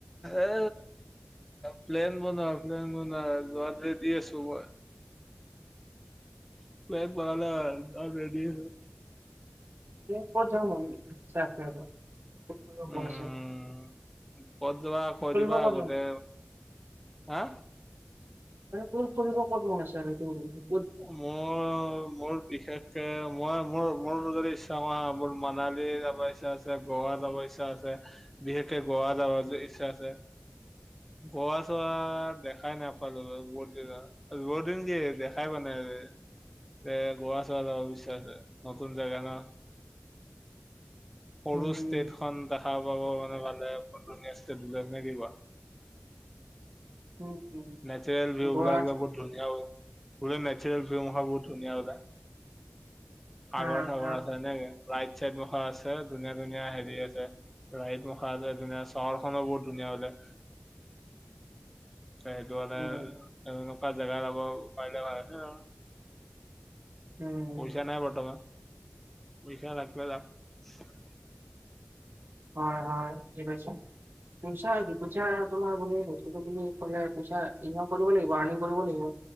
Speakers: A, in the centre; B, on the right.
A: এ, প্লেন বনোৱা, প্লেন টো নাই যোৱাত ৰেদি আছো মই। <unintelligible>
B: <unintelligible> ফুৰিব
A: উম্
B: মন আছে
A: কত যাবা কৈ
B: ফুৰিব
A: দিবা
B: ক'ত
A: আগতে
B: মন
A: হা।
B: মানে তোৰ ফুৰিব ক'ত মন আছে আৰু সেটো শুধিছো।
A: মই মোৰ বিশেষকে মই মোৰ মোৰ ইচ। মোৰ মনালী যাব ইচ্ছা আছে, গোৱা যাব ইচ্ছা আছে বিশেষকে গোৱা যাব। ছে আছে গোৱা চোৱা দেখাই নাপালো বহুত দিনে বহুত দিন কি দেখ- খাই পোৱা নাই বে, এ গোৱা চোৱা যাব ইচ্ছা নতুন জগা ন। সৰু
B: উম
A: ষ্টেটখন দাখা পাব। নহ'লে <unintelligible> পে নে কি কোৱা
B: উম উম,
A: নেচাৰেল ভিউবিলাক
B: গোৱাত
A: বোলে বহুত ধুনীয়া হয়। বোলে নেচাৰেল ভিউ বহুত ধুনীয়া ওলাই, সাগৰ-চাগৰ
B: হা হা
A: আছে এনেকে ৰাইট-চাইড মুখা আছে, ধুনীয়া-ধুনীয়া হেৰি আছে ৰাইড মুখা আছে ধুনীয়া চহৰখননো বহুত ধুনীয়া বোলে। সেইটো মানে
B: উম
A: এনেনেকুৱা জেগা যাব পাৰিলে ভাল আছে আও।
B: উম
A: পইচা নাই বৰ্তমান, পইচা ৰাখিবা যাম।
B: হয় হয় কে পাইছে। পইচা পইচা তোমাৰ বুলিলে বস্তুটো কিনি থলে পইচা ইনক কৰিব লাগিব আৰ্নিং কৰিব লাগিব।